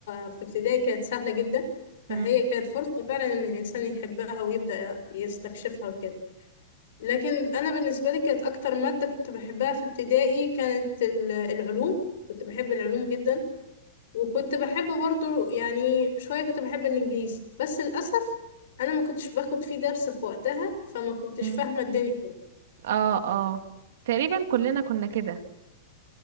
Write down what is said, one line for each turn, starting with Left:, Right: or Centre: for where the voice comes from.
Left: في ابتدائي كانت سهلة جدا فهي
Right: مم.
Left: كانت فرصة فعلا إن الإنسان يحبها ويبدأ يستكشفها وكده لكن انا بالنسبه لي كانت اكتر ماده كنت بحبها في ابتدائي كانت ال- العلوم كنت بحب العلوم جدا وكنت بحب برضو يعني شويه كنت بحب الانجليزي بس للاسف انا ما كنتش باخد فيه درس في وقتها فما كنتش
Right: مم.
Left: فاهمه الدنيا أوي.
Right: اه اه تقريبا كلنا كنا كده